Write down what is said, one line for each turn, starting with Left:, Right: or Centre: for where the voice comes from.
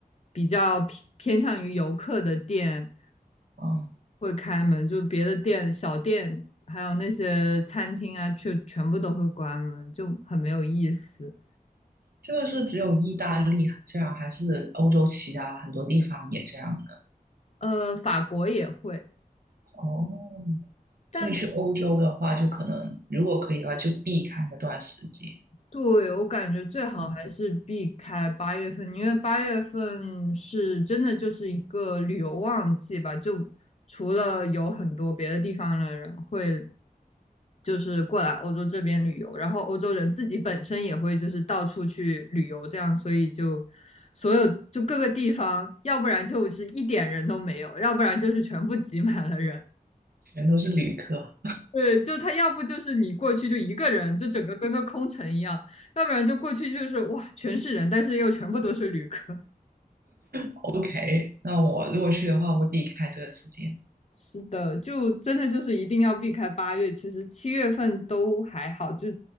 Left: 比较偏偏向于游客的店
Right: 嗯，
Left: 会开门，就别的店、小店，还有那些餐厅啊，却全部都会关门，就很没有意思。
Right: 这个是只有意大利这样，还是欧洲其他很多地方也这样的？
Left: 呃，法国也会，
Right: 哦，
Left: 但
Right: 所以去欧洲的话，就可能如果可以的话，就避开那段时间。
Left: 对，我感觉最好还是避开八月份，
Right: 嗯，
Left: 因为八月份是真的就是一个旅游旺季吧，就除了有很多别的地方的人会就是过来欧洲这边旅游，然后欧洲人自己本身也会就是到处去旅游，这样，所以就所有就各个地方，要不然就是一点人都没有，要不然就是全部挤满了人。
Right: 全都是旅客。
Left: 对，就他要不就是你过去就一个人，就整个跟个空城一样；要不然就过去就是哇，全是人，但是又全部都是旅客。<laughs>
Right: OK，那我如果去的话，我会避开这个时间。
Left: 是的，就真的就是一定要避开八月。其实七月份都还好，就